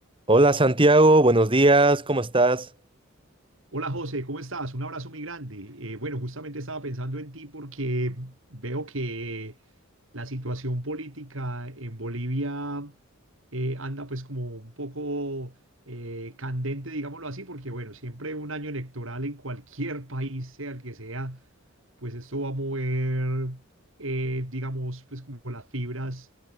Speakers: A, on the right; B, on the right.
A: Hola Santiago, buenos días, ¿cómo estás?
B: Hola José, ¿cómo estás? Un abrazo muy grande. Eh, bueno, justamente estaba pensando en ti porque veo que la situación política en Bolivia eh, anda pues como un poco eh, candente, digámoslo así, porque bueno, siempre un año electoral en cualquier <laughs> país, sea el que sea, pues esto va a mover, eh, digamos, pues como las fibras,